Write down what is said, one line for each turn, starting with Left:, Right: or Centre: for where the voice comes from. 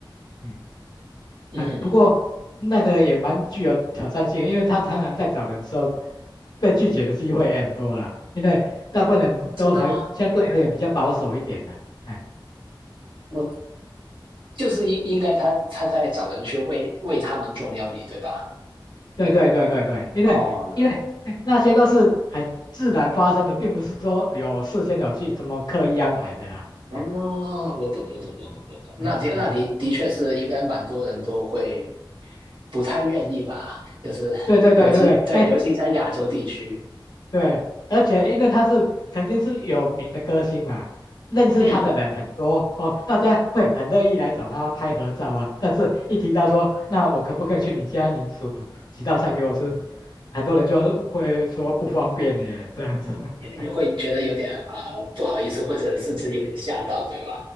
Left: 嗯。
Right: 嗯，
Left: 啊，不过那个也蛮具有挑战性的因为他常常在找人的时候，被拒绝的机会也很多啦。因为大部分人都还相对而言比较保守一点的，
Right: 真的吗？
Left: 哎，
Right: 我就是应应该他他在找人去为为他们做料理，对吧？
Left: 对对对对对，因为因为那些都是很自然发生的，
Right: 哦，
Left: 并不是说有事先有去什么刻意安排的啊。
Right: 哦，
Left: 哎，
Right: 我懂，我懂，我懂，我懂。那的那的的确是应该蛮多人都会
Left: <laughs> 嗯，OK，OK
Right: 不太愿意吧，就是尤其对，
Left: 对对对对对，哎、
Right: 尤其在亚洲地区，
Left: 对，而且因为他是曾经是有名的歌星嘛，认识他的人很多哦，
Right: 嗯，
Left: 大家会很乐意来找他拍合照啊。但是，一提到说，那我可不可以去你家，你煮几道菜给我吃，很多人就会说不方便耶，这样子。<laughs>
Right: 也也会觉得有点啊、呃不好意思，或者甚至有点吓到，对吧？